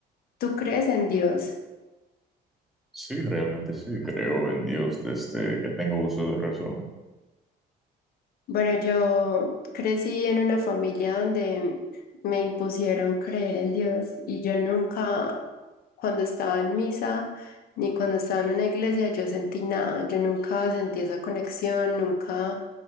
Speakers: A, on the left; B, in the centre.
A: ¿Tú crees en Dios?
B: Sí, realmente sí, creo en Dios desde que tengo uso de razón.
A: Bueno, yo crecí en una familia donde me impusieron creer en Dios y yo nunca, cuando estaba en misa ni cuando estaba en una iglesia, yo sentí nada. Yo nunca sentí esa conexión, nunca